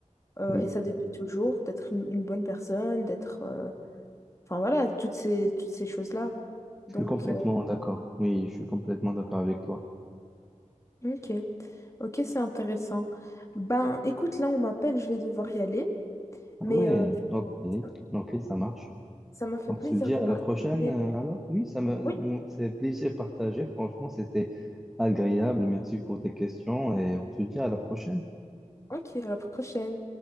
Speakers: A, on the left; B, in the centre.
A: euh,
B: Oui,
A: et ça depuis toujours, d'être une, une bonne personne, d'être... euh, Enfin voilà, toutes ces, toutes ces choses-là.
B: je
A: Donc,
B: suis complètement
A: euh,
B: d'accord. Oui, je suis complètement d'accord avec toi.
A: ok, ok, c'est intéressant. Ben écoute, là, on m'appelle, je vais devoir y aller,
B: Ah
A: mais
B: ouais,
A: euh,
B: ok,
A: ça
B: ok, ça marche.
A: ça m'a fait
B: On
A: plaisir
B: se dit
A: de
B: à
A: partager.
B: la prochaine, euh, alors? Oui, ça me,
A: Oui,
B: ou- c'est plaisir partagé. Franchement, c'était agréable. Merci pour tes questions et on se dit à la prochaine.
A: ok, à la prochaine.